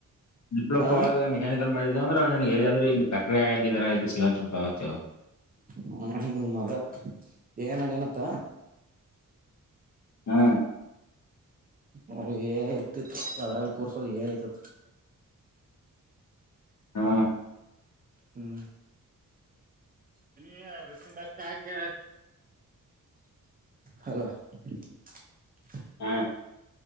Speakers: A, on the left (about 55°); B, on the right (about 25°).
A: ಡಿಪ್ಲೋಮಾ
B: ಹ
A: ಒಳಗೆ ಮೆಕ್ಯಾನಿಕಲ್ ಮಾಡಿದ <unintelligible> <inaudible> ಇಂದ್ರೆ ನನ್ಗೆಾದ್ರರು ಇಲ್ಲಿ ಪ್ರಕ್ರಿಯಾಗ ಇದ ಸಿಗತ್ತತ <unintelligible>
B: ಹ್ಮ ಹ್ಮ್ ಅದ ಏ ಮಾಡಿನತ್ತ
A: ಹ್ಮ
B: ಹ ಏ ಆಯತಿತ್ತು ಅದ್ರಾಗ ಕೂರ್ಸೋದು ಏ ಆಯತಿತ್ತು
A: ಹಾ
B: ಹ್ಮ್ ಿ ರೊಿನ ದಾ ಹಾಕಿ ಹಲೋ <unintelligible>
A: ಹ್ಮ